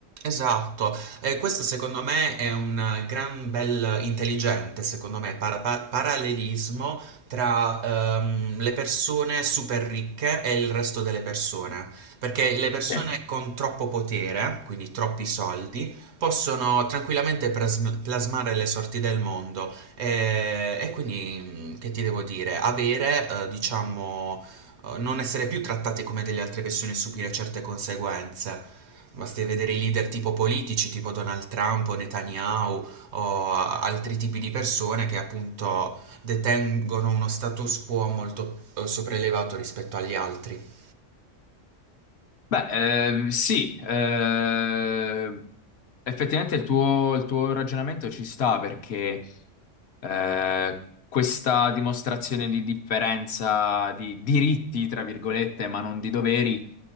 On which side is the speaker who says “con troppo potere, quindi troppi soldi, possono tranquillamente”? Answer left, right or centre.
Right